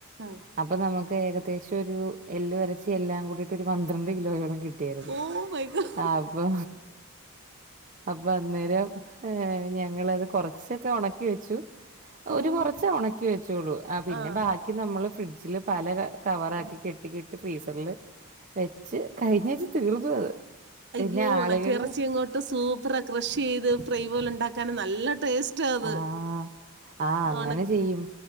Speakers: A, on the right (about 55°); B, on the right (about 35°).
A: ആഹ്
B: അപ്പൊ നമുക്ക് ഏക ദേശം ഒരു എല്ല് കുറച്ച് എല്ലാം കൂടിയിട്ട് ഒരു പന്ത്രണ്ട് കിലോയോളം കി കിട്ടിയാരുന്
A: ഓ മൈ ഗോഡ്
B: ആ അപ്പൊ അപ്പൊ അന്നേരം ഞങ്ങളത് കൊറച്ചൊക്കെ ഉണക്കി വെച്ചു ഒരു
A: ഓഹ്
B: കുറച്ച് ഉണക്കി വെച്ചോളു ആ പിന്നെ
A: ആഹ്
B: ബാക്കി നമ്മള് ഫ്രിഡ്ജില് പല കവറ ആക്കി കെട്ടി കെട്ടി ഫ്രീസറില് വെച്ച് കഴിഞ്ഞ ആഴ്ച്ച തീർന്നു അത്
A: അയ്യോ
B: പിന്നെ ആളുകള്
A: ഉണക്ക ഇറച്ചി ഇങ്ങോട്ട് സൂപ്പറാ കൃഷ് ചെയ്ത് ഫ്രൈ പോലെ ഉണ്ടാക്കാന്‌ നല്ല ടേസ്റ്റ് റ്റാ അത്
B: ആഹ് ആഹ് അങ്ങനെ
A: ഒണക്ക
B: ചെയ്യും